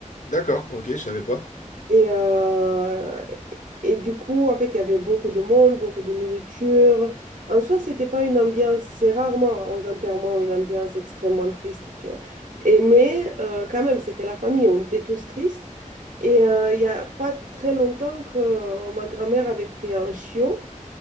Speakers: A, on the left; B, on the right.
A: D'accord, ok, je savais pas.
B: Et, euh, et du coup, en fait, il y avait beaucoup de monde, beaucoup de nourriture. En soi, c'était pas une ambiance. C'est rarement aux enterrements une ambiance extrêmement triste, tu vois. Et mais euh, quand même, c'était la famille. On était tous tristes. Et euh, il y a pas très longtemps que euh, ma grand-mère avait pris un chiot.